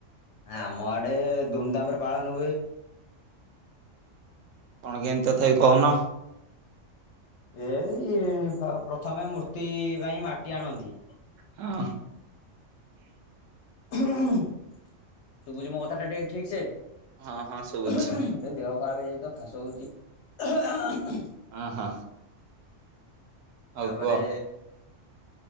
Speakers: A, on the left; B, on the right.
A: ଆମ ଆଡେ ଧୁମଧାମରେ ପାଳନ ହୁଏ।
B: କଣ କେମିତି ତଥାପି କହୁନ?
A: ଏଇ ସ୍ରବ ପ୍ରଥମେ ମୂର୍ତ୍ତି ପାଇଁ ମାଟି ଆଣନ୍ତି।
B: ହଁ।
A: ହୁଃ ହୁଃ ଶୁଭୁଛି ମୋ କଥାଟା ଟିକେ ଠିକ୍ ସେ।
B: ହଁ ହଁ ଶୁଭୁଛି।
A: ହୁଃ ହୁଃ ଏଁ ଦେହ ଖରାପ ହେଇଯାଇଥିବ ଖା୍ସ ହଉଛି ହେଃ ହାଃ ହାଁ
B: ଅଁ ହଁ। ଆଉ
A: ତାପରେ
B: କୁହ।